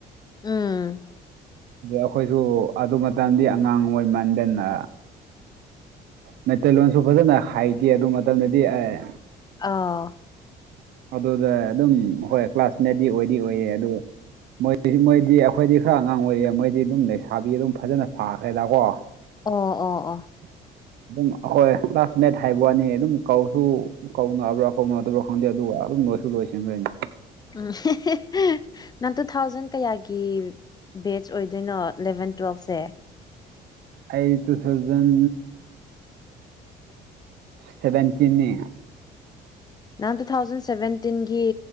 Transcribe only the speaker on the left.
ꯎꯝ
ꯑꯥ
ꯑꯣ ꯑꯣ ꯑꯣ
ꯎꯝ <unintelligible> ꯅꯪ ꯇꯨ ꯊꯥꯎꯖꯟ ꯀꯌꯥꯒꯤ ꯕꯦꯖ ꯑꯣꯏꯗꯣꯏꯅꯣ ꯏꯂꯕꯦꯟ ꯇꯨꯋꯦꯜꯞꯁꯦ꯫
ꯅꯪ ꯇꯨ ꯊꯥꯎꯖꯟ ꯁꯚꯦꯟꯇꯤꯟꯒꯤ